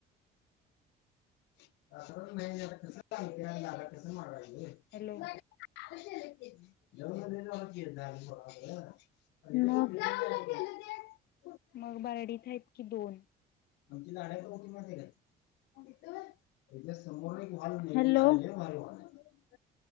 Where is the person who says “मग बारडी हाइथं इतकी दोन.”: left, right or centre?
Left